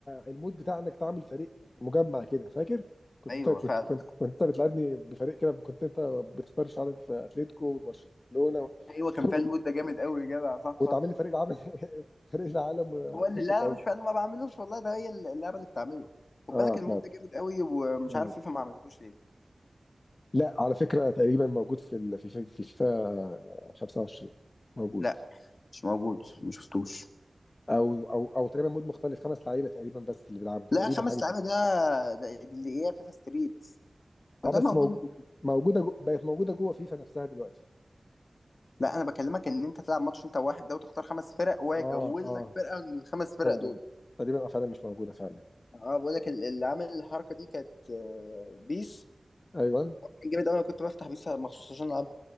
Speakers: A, on the left (about 50°); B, on the left (about 70°).
A: المود بتاع انك تعمل فريق مجمع كده فاكر كنت
B: ايوه
A: انت كنت
B: فعلا
A: كنت كنت انت بتلعبني بفريق كده كنت انت بتختار مش عارف اتلتيكو وبرشلونه و...
B: ايوه كان
A: <laughs>
B: فيها المود ده جامد قوي يا جدع صح
A: وتعمل
B: صح
A: لي فريق العالم <laughs> فريق العالم وتخش
B: هو اللي لا
A: تعود
B: لا، مش فاهم ما بعملوش والله ده هي اللعبه اللي بتعمله خد
A: اه
B: بالك
A: بتاعت.
B: المود ده جامد قوي ومش
A: جامد.
B: عارف فيفا ما عملتوش ليه
A: لا على فكره تقريبا موجود في ال... في في في فيفا 25 موجود
B: لا مش موجود ما شفتوش
A: او او او تقريبا مود مختلف خمس لعيبه تقريبا بس اللي بيلعبوا تقريبا
B: لا خمس
A: حاجه كده.
B: لعيبه ده, ده دي اللي هي فيفا ستريت
A: اه
B: ده
A: بس
B: موجود
A: موجو- موجوده جو... بقت موجوده جوه فيفا نفسها دلوقتي
B: لا انا بكلمك ان انت تلعب ماتش انت واحد ده وتختار خمس فرق وهو
A: اه
B: يكون
A: اه
B: لك فرقه من الخمس فرق
A: فعلا
B: دول
A: تقريبا اه فعلا مش موجوده فعلا
B: اه بقول لك ال- اللي عامل الحركه دي كانت آه، بيس
A: ايوه
B: كان جامد قوي انا كنت بفتح بيس مخصوص عشان العبها